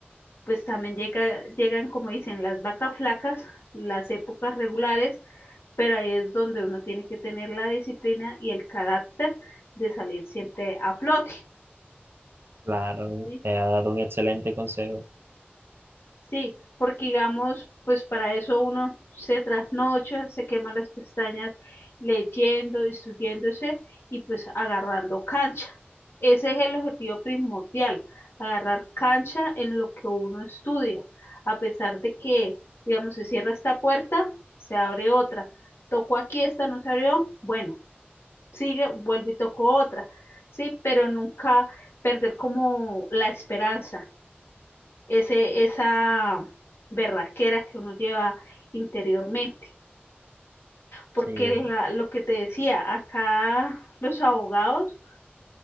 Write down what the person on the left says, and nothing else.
pues también llega- llegan, como dicen, las vacas flacas, las épocas regulares, pero ahí es donde uno tiene que tener la disciplina y el carácter de salir siempre a flote.
¿sí?
Sí, porque digamos, pues para eso uno se trasnocha, se quema las pestañas leyendo, instruyéndose y pues agarrando cancha. Ese es el objetivo primordial, agarrar cancha en lo que uno estudia. A pesar de que, digamos, se cierra esta puerta, se abre otra. Tocó aquí, esta no se abrió, bueno, sigue, vuelvo y toco otra. Sí, pero nunca perder como la esperanza ese, esa berraquera que uno lleva interiormente. Porque
la- lo que te decía, acá los abogados